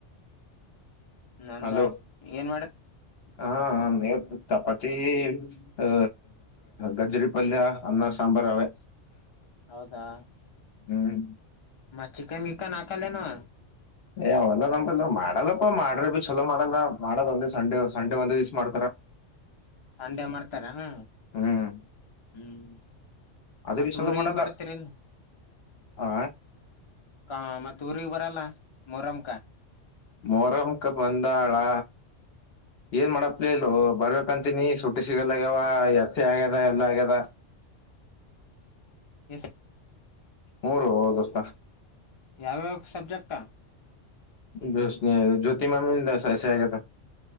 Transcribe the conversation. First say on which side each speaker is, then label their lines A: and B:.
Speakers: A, on the left; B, on the left.
A: ನಂದು
B: ಹಲೋ
A: ಆಯ್ತ ಏನ್ ಮಾಡ್ರ
B: ಹಾ ಹಾ ಚಪಾತಿ ಆ ಗಜರಿ ಪಲ್ಯ ಅನ್ನ ಸಾಂಬಾರ ಅವೇ??
A: ಹೌದಾ
B: ಹ್ಮ್
A: ಮ ಚಿಕನ್ ಗಿಕನ್ ಅಕ್ಲೇನು
B: ಏ ಅವಲ್ಲ ನಪಲ್ ಮಾಡಲ್ಲಪ್ಪಾ ಮಾಡ್ರಿ ಬಿ ಚಲೋ ಮಾಡಲ್ಲ ಮಾಡದ ಒಂದೇ ಸಂಡೆ ಸಂಡೆ ಒಂದು ದಿವ್ಸ ಮಾಡ್ತಾರ
A: ಸಂಡೆ ಮಾಡ್ತರೇನಾ
B: ಹ್ಮ್
A: ಹ್ಮ್
B: ಅದು
A: ಮತ್
B: ವಿಸಲ
A: ಊರಿಗ್
B: ಮಾಡಲ್ಲ
A: ಬರ್ತಿರಿಲ್
B: ಆ
A: ಆ ಮತ್ತೆ ಊರಿಗ್ ಬರಲ್ಲ ಮೊಹರಂ
B: ಮೊರಮಕ ಬಂದಾಳಾ ಏನ್ ಮಾಡಪ್ಲ ಇಲ್ ಬರ್ಬೇಕಂತ ಹತೀನಿ ಸುಟ್ಟು ಸಿಗಲ್ಲ ಆಗ್ಯಾವ ಜಾಸ್ತಿ ಆಗ್ಯದ ಎಲ್ಲ ಆಗ್ಯದ
A: ಎ
B: ಮೂರು ಹೌದುಸ
A: ಯಾವ್ಯಾವ ಸಬ್ಜೆಕ್ಟಾ
B: ದಸ್ನ ಜ್ಯೋತಿ ಮಾಾಮಿ ಸೆ ಆಗ